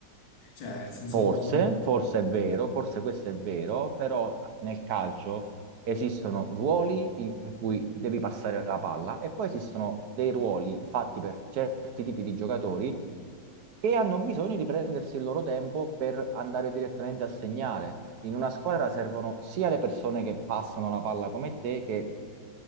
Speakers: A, on the left; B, on the right.
A: Cioè, nel senso...
B: Forse, forse è vero, forse questo è vero, però nel calcio esistono ruoli in cui devi passare la palla e poi esistono dei ruoli fatti per certi tipi di giocatori che hanno bisogno di prendersi il loro tempo per andare direttamente a segnare. In una squadra servono sia le persone che passano la palla come te, che